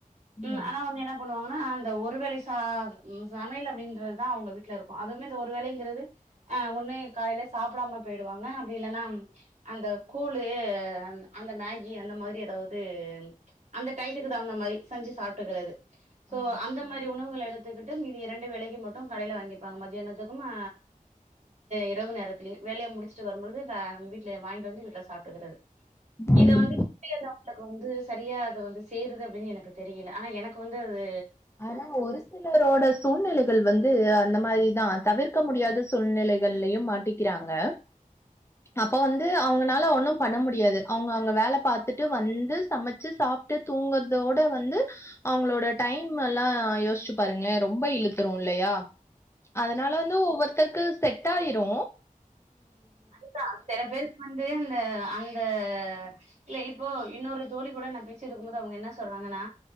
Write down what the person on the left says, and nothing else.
ம்ய
ஆ
ம்
ஆனா ஒரு சிலரோட சூழ்நிலைகள் வந்து அந்த மாரிதா தவிர்க்க முடியாத சூழ்நிலைகள்லையும் மாட்டிக்கிறாங்க அப்ப வந்து அவங்கனால ஒண்ணும் பண்ண முடியாது அவங்க அங்க வேல பாத்துட்டு வந்து சமச்சு சாப்டு தூங்குறதோட வந்து அவங்களோட டைம் டைம் எல்லா யோஸ்சு பாருங்களே ரொம்ப இழுத்துரு இல்லயா அதனால வந்து ஒவ்வொருத்தருக்கு செட் ஆயிரு